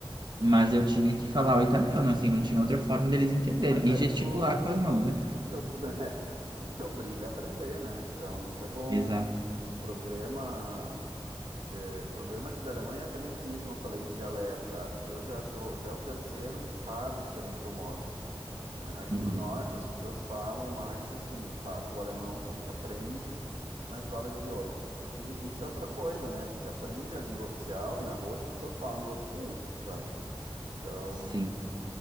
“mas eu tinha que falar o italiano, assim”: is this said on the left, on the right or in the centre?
Right